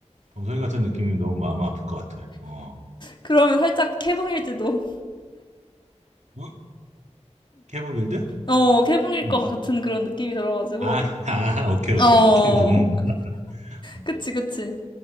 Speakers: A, on the right; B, on the left.
A: 범성이 같은 느낌이면 너무 마음 아플 것 같아. 어,
B: 그러면 살짝 캐붕일지도.
A: 어? 케본 빌드?
B: <laughs> 어, 캐붕일
A: 음.
B: 것 같은 그런 느낌이 들어가지고.
A: 아, <laughs> 아,
B: 음.
A: 오케이, 오케이.
B: 어,
A: 케본. 음,
B: 그치, 그치.